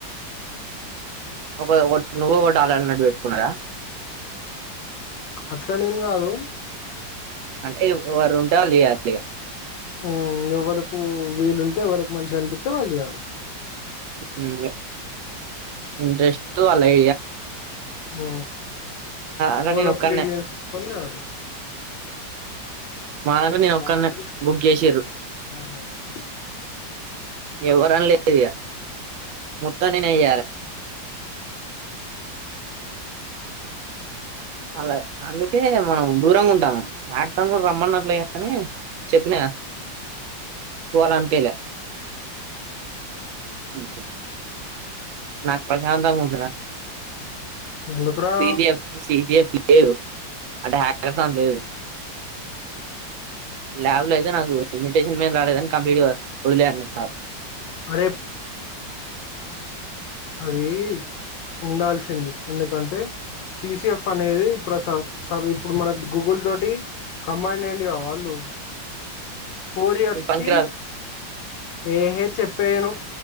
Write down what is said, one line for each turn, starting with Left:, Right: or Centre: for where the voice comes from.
Right: ఒక ఒకటి నువ్వు ఒకటి ఆల్లన్నట్టు పెట్టుకున్నారా.
Left: అట్ల నీ ఏం గాదు.
Right: అంటే ఎవరు ఉంటే వాళ్ళు చేయాలి. ఇగా
Left: ఉమ్ ఎవలకు వీలుంటే వాళ్ళకి మంచిగా అనిపిస్తే వాళ్ళు జేయాలి.
Right: ఉమ్ ఇంట్రెస్ట్ అలాగే
Left: హ్
Right: అలా
Left: పోయి
Right: నేను
Left: లోకలిడియన్స్
Right: ఒక్కన్నే
Left: తీసుకొని రావాలి. హ్
Right: మా దాంట్లో నేను ఒక్కన్నే బుక్ చేసిర్రు ఎవ్వరని లేదు ఇగా మొత్తం నేనే చేయ్యలే అలా అందుకే మనం దూరంగా ఉంటాన్నాం. ఆడటం గుడా రమ్మన్నట్లే అని చెప్పినా పోవాలీ ఆనిపియాలే ఉ నాకు ప్రశాంతంగా ఉందిరా
Left: ఎందుకురా
Right: సిబిఎఫ్ సిబిఎఫ్ లేవు అంటే హ్యక్ర స లేదు ల్యాబ్ లో అయితే నాకు ఇన్విటేషన్ ఏం రాలేదని కంప్లీట్ గా వదిలే అన్నడు సార్
Left: అరేబ్ అది ఉండాల్సింది ఎందుకంటే సిసిఎఫ్ అనేది ఇప్పుడు స సబ్ ఇప్పుడు మనకు గూగుల్ తోటి కంబైన్ అయిండు కా వాళ్ళు ఫోర్ ఇయర్స్కి
Right: ఇది పనికిరాదు
Left: ఏహే చెప్పేయను